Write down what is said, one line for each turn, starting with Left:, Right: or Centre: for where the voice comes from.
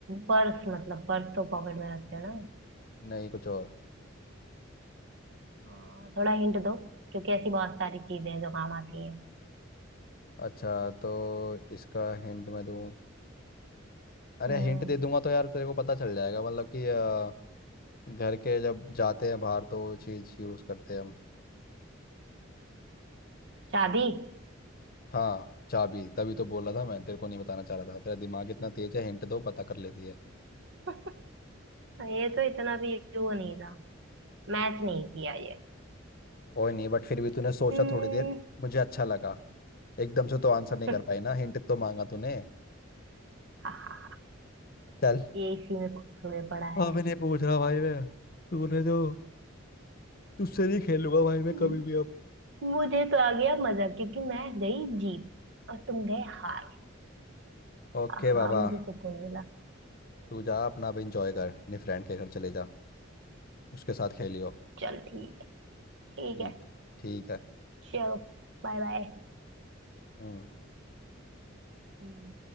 Right: पर्स मतलब पर्स तो पॉकेट में रखते हैं ना
Left: नहीं कुछ और
Right: आ, थोड़ा हिंट दो क्योंकि ऐसी बहुत सारी चीजें हैं जो काम आती हैं
Left: अच्छा तो इसका हिंट मैं दूँ अरे
Right: हम्म
Left: हिंट दे दूंगा तो यार तेरे को पता चल जाएगा मतलब कि अ, घर के जब जाते हैं बाहर तो वो चीज़ यूज़ करते हैं हम
Right: शादी
Left: हाँ चाबी तभी तो बोला था मैं तेरे को नहीं बताना चाह रहा था तेरा दिमाग इतना तेज है हिंट दो पता कर लेती है
Right: <laughs> ये तो इतना भी वो नहीं था मैच नहीं किया ये
Left: कोई नहीं बट फिर भी तूने सोचा
Right: हम्म,
Left: थोड़ी देर मुझे अच्छा लगा एकदम से तो आंसर नहीं
Right: <laughs>
Left: कर पाई ना हिंट तो मांगा तूने
Right: हा हा हा
Left: चल
Right: ये इसी में खुश हुए पड़ा है
Left: अभी
Right: <laughs>
Left: नहीं पूछ रहा भाई मैं तूने जो तुझसे नहीं खेलूंगा भाई मैं
Right: हम्म,
Left: कभी भी अब
Right: मुझे तो आ गया मजा क्योंकि मैं गई जीत और तुम गए हार
Left: ओके
Right: हाँ हाँ,
Left: बाबा
Right: मुझे सुकून मिला
Left: तू जा अपना अब इंजॉय कर अपने फ्रेंड के घर चले जा उसके साथ खेलियो
Right: चल ठीक ठीक
Left: ठीक
Right: है
Left: ठीक है
Right: चलो बाय बाय
Left: हम्म
Right: हम्म